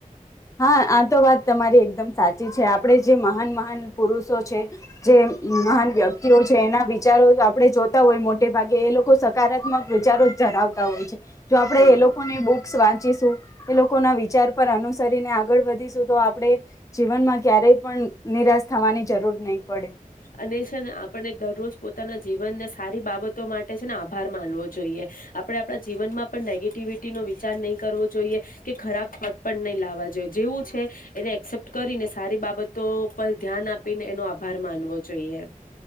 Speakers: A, on the left; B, on the left.
A: હા, આ તો વાત તમારી એકદમ સાચી છે, આપડે જે મહાન- મહાન પુરુષો છે. જે મહાન વ્યક્તિઓ છે, એના વિચારો આપણે જોતા, હોય મોટે ભાગે એ લોકો સકારાત્મક વિચારો ધરાવતા હોય છે, જો આપડે
B: હા
A: એ લોકોને બુક્સ વા એ, લોકોના વિચાર પર અનુસરીને આગળ વધીશું, તો આપણે જીવનમા ક્યારેય પણ નિરાશ, થવાની જરૂર નહીં. પડે.
B: અને ને આપણને દરરોજ પોતાના, જીવનને સારી, બાબત તો માટે છેને, આભાર માનવો જોઈએ. આપણે, આપણા જીવનમા નેગેટિવિટી નો વિચાર નહીં, કરવો જોઈએ કે ખરાબ પણ નહીં લાવવા જોઈએ, જેવું છે એને એક્સેપ્ટ કરીને સારી બાબતો પર ધ્યાન આપ ને, એનો આભાર માનવો. જોઈએ.